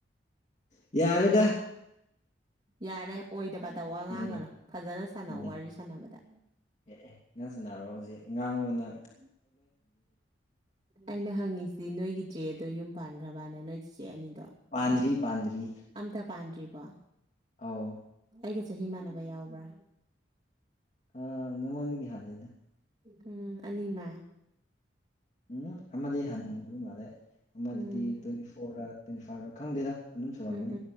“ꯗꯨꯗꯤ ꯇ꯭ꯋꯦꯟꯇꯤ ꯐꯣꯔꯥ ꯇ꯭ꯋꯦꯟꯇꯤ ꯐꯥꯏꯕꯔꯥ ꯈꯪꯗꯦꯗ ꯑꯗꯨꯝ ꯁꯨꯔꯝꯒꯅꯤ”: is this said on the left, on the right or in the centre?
Left